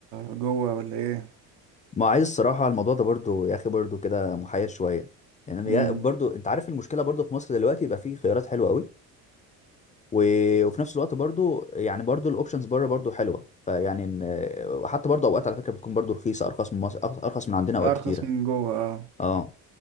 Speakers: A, on the right; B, on the left.
A: جوه ولا ايه
B: ما عايز الصراحه الموضوع ده برضو يا اخي برضو كده محير شويه يعني
A: امم
B: يا- برضو انت عارف المشكله برضو في مصر دلوقتي يبقى فيه خيارات حلوه قوي و... وفي نفس الوقت برضو يعني برضو الاوبشنز بره برضو حلوه فيعني إن- وحتى برضو اوقات على فكره بتكون برضو رخيصه ارخص من مصر ارخص من عندنا اوقات
A: ارخص
B: كتيره
A: من جوه اه
B: اه